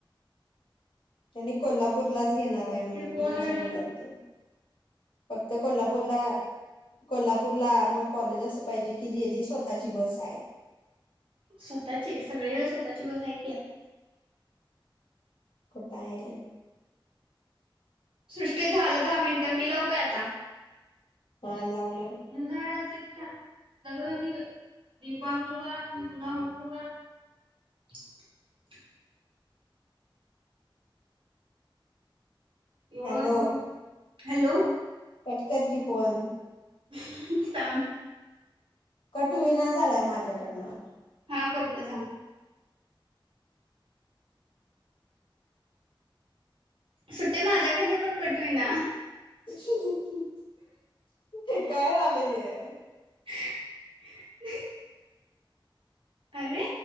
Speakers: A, on the left (about 70°); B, on the right (about 70°).
A: आणि कोल्हापूरलाच घेणार आहे म्हणं
B: ते कोण
A: ती असं बोलालती फक्त कोल्हापूरला कोल्हापूरला मग कॉलेज असं पाहिजे की जे जी स्वतःची बस आहे.
B: स्वतःची सगळी व स्वतःची बस आहे की.
A: कुठ आहे?
B: सृष्टी झालं दहा मिनिटं, मी लव काय आता.
A: ह लाव. लाव
B: एंदाडच घेऊया. नग दीपा <unintelligible> एवळ
A: हॅलो
B: <inaudible> हॅलो.
A: कट कर की फोन.
B: हम् हम् थांब.
A: कट हुईना झालाय माझ्याकडनं.
B: हा करतो थांब. सुट्टे माझ्याकडनं पण कट हुईना.
A: <unintelligible> <inaudible> हे काय व्हालंय?
B: <unintelligible> अरे